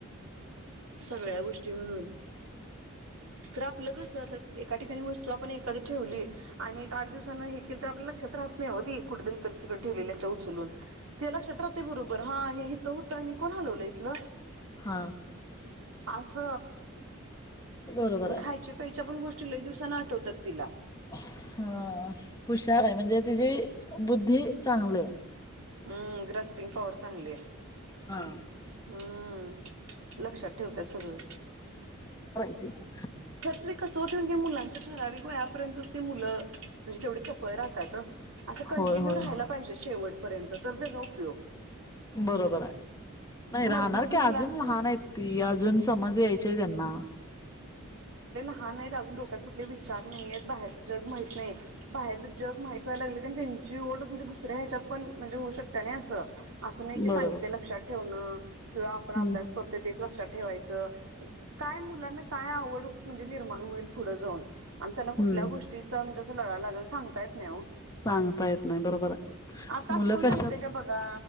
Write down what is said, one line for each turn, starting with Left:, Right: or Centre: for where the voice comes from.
Right: सगळ्या गोष्टी म्हणून तर आप कसे आता एका ठिकाणी वस्तू एखाद ठेवली आणि एक आठ दिवसाांना हे केल तर आपल्या लक्षात राहत नाही होती कुठेतरी इकडे तिकडे ठेवलेल्या असे उचलून ते लक्षात राहते बरोबर हा हे ऊठ तो आणि कोण हलवलं इतल
Left: हा
Right: अस
Left: बरोबर
Right: आणि
Left: आहे
Right: खायच्या प्यायच्या पण गोष्टी लय दिवसांनी आठवतात तिला.
Left: हा हुशार आहे. म्हणजे तिची बुद्धी चांगली आहे.
Right: हम्म ग्रस्पिंग पॉवर चांगली आहे.
Left: हा
Right: हम्म लक्षात. ठेवत्या सगळं.
Left: ते.
Right: खरतरी कस होतय मुलांचा ठरावीक वयापर्यंत. मुलं म्हणजे तेवढी चपळ राहतात. असं कंटिन्यू
Left: होय होय
Right: राहायला पाहिजे शेवट. पर्यंत तर तेज उपयोग.
Left: बरोबर आहे. नाही राहणार
Right: मधनच मुलांचं
Left: की अजून लहान आहेत ती. अजून समज यायची आहे त्यांना.
Right: हा नाही अजून डोक्यात कुठले विचार नाहीयेत बाहेरच जग माहित नाही. बाहेरच जग माहित व्हाय लागले की त्यांची ओढ म्हणजे दुसऱ्या ह्याच्यात पण म्हणजे होऊ शकत्या नाही अस. असं नाही की सांगितले
Left: बरोबर
Right: लक्षात ठेवणं किंवा आपण अभ्यास
Left: हम्म
Right: करतो तेच लक्षात. ठेवायच काय मुलांना. काय आवड म्हणजे निर्माण होईल पुढं जाऊन. आणि त्यांना कुठल्या
Left: हम्म
Right: गोष्टीचा. लागाय लागल सांगता येत नाही. हो
Left: सांगता येत नाही बरोबर आहे
Right: आता
Left: मुलं
Right: असं कोण
Left: कशात.
Right: सांगते का बघा